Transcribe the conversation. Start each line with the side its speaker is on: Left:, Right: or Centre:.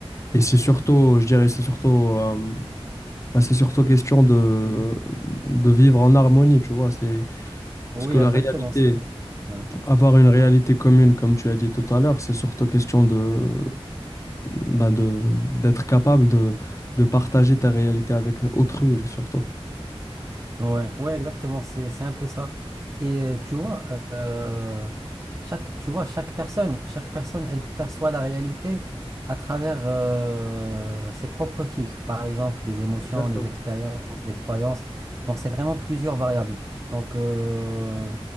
Left: et c'est surtout, je dirais, c'est surtout, euh, ben, c'est surtout question de,
Right: Mhm.
Left: de vivre en harmonie, tu vois. C'est,
Right: Oui,
Left: parce que
Right: exactement,
Left: la réalité,
Right: c'est ouais.
Left: avoir une réalité commune, comme tu as dit tout à l'heure, c'est surtout question de, ben, de, d'être capable de, de partager ta réalité avec autrui, surtout.
Right: Ouais, ouais, exactement, c'est, c'est un peu ça. Et euh, tu vois, euh, chaque, tu vois, chaque personne, chaque personne, elle perçoit la réalité à travers euh, ses propres filtres, par exemple, des émotions,
Left: Exactement,
Right: des expériences, des croyances. Donc, c'est vraiment plusieurs variables. Donc, euh,